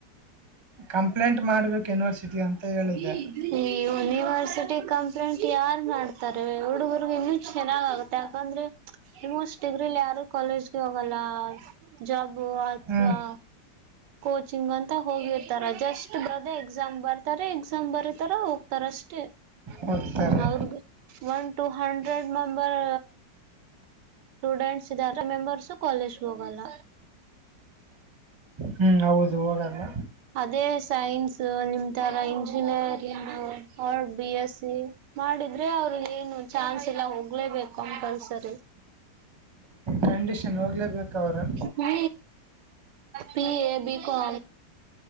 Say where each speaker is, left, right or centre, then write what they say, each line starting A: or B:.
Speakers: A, on the right; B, on the right.
A: ಕಂಪ್ಲೇಂಟ್ ಮಾಡ್ಬೇಕು ಯೂನಿವರ್ಸಿಟಿ ಅಂತ ಹೇಳಿದ್ದೆ
B: ಈ ಯುನಿವರ್ಸಿಟಿ ಕಮ ಟ್ ಯಾರ ಮಾಡ್ತಾರೆ ಹುಡುಗರ್ಗ ಇನ್ನುೂ ಚೆನ್ನಾಗಗುತ್ತೆ ಯಾಕಂದ್ರೆ ಇಸ್ ಡಿಗ್ರಿಲಿ ಯಾರು ಕಾಲೇಜ್ಗೆ ಹೋಗಲ್ಲ ಜಾಬ್ ಅಥವಾ
A: ಹ್ಮ್
B: ಕೋಚಿಂಗ್ ಅಂತ ಹೋಗಿರ್ತಾರ ಜಸ್ಟ್ ಬರ್ದೆ ಎಕ್ಸಾಮ್ ಬರ್ತಾರೆ ಎಕ್ಸಾಮ್ ಬರತಾರ ಹೋಗ್ತಾರ ಅಷ್ಟೆ
A: ಹೋಗ್ತಾರೆ
B: ಅವ್ರಗ one two hundred member students ಇದ ಮೆಂಬರ್ಸು ಕಾಲೇಜ್ ಹೋಗಲ್ಲ
A: ಹ್ಮ್ ಹೌದು ಹೋಗಲ್ಲ
B: ಅದೇ ಸೈನ್ಸ್ ನಿಮ ರ ಇಂಜಿನಿಯರಿಂಗ್ ಅವ ಬಿ ಎಸ್ ಸಿ ಮಾಡಿದ್ರೆ ಅವ್ರ ಏನು ಚಾನ್ಸ್ ಇ ಎಲ್ಲ ಹೋಗ್ಲೇಬೇಕು ಕಂಪಲ್ಸರಿ
A: ಕಂಡೀಷನ್ ಹೋಗ್ಲೇಬೇಕು ಅವರು
B: ಹ್ಮ ಪಿ ಎ ಬಿಕಮ